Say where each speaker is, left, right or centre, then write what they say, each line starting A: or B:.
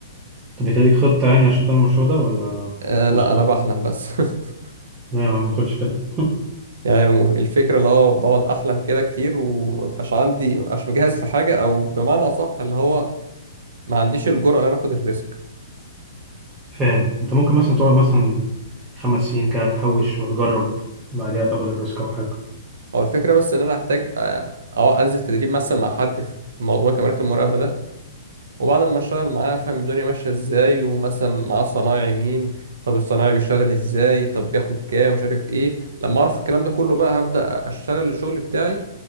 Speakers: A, on the right; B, on the right.
A: طب انت ليك خطه يعني عشان تعمل المشروع ده ولا
B: آه
A: في
B: لا
A: المستقبل
B: أنا بحلم بس <laughs>
A: لا يا عم ما تقولش كده <laughs>
B: يعني المف- الفكرة اللي هو بقعد أحلم كده كتير ومبقاش عندي مبقاش مجهز في حاجة أو بمعنى أصح اللي هو ما عنديش الجرأة إن أنا آخد الريسك
A: فاهم انت ممكن مثلا تقعد مثلا خمس سنين كده تحوش وتجرب بعدها تاخد الريسك او حاجه
B: هو الفكرة بس إن أنا هحتاج أ- أو أنزل تدريب مثلا مع حد في موضوع كاميرات المراقبة ده وبعد ما أشتغل معاه أفهم الدنيا ماشية إزاي ومثلا معاه صنايعي مين طب الصنايعي بيشتغل إزاي طب بياخد كام مش عارف إيه لما أعرف الكلام ده كله بقى هبدأ أشتغل الشغل بتاعي